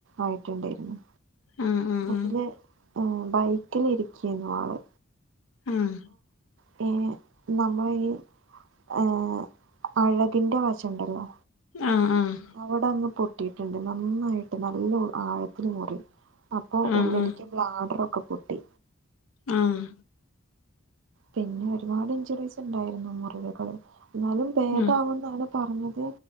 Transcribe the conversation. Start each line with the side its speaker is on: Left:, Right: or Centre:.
Right: ആയിട്ടുണ്ടായിരുന്നു.
Left: ആഹ് ആഹ്
Right: അതില് ആ ബൈക്കിലിരിക്കെയെന്നു ആള്.
Left: ആഹ്
Right: പിന്നെ നമ്മളെ ഈ ആ അഴകിൻ്റെ വശണ്ടല്ലോ
Left: ആഹ് ആഹ്
Right: അവ്ടന്ന് പൊട്ടീട്ട്ണ്ട് നന്നായ്ട്ട് നല്ലഉ ആഴത്തില് മുറി അപ്പൊ
Left: ആഹ്
Right: ഉള്ളില്ക്ക് ബ്ലാഡറൊക്കെ പൊട്ടി
Left: ആഹ്
Right: പിന്നെ ഒരുപാട് ഇഞ്ചുറീസ്ണ്ടായ്ര്ന്നു മുറിവുകള് എന്നാലും ഭേദാവ്
Left: ആഹ്
Right: ന്നാണ് പറഞ്ഞത്